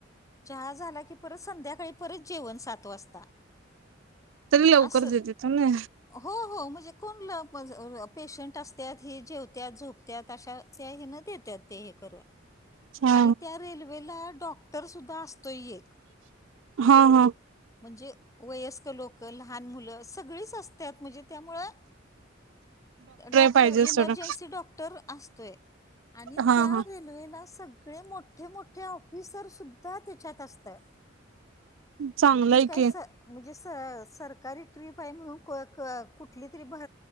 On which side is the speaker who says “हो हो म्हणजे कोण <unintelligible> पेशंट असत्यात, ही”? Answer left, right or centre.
Left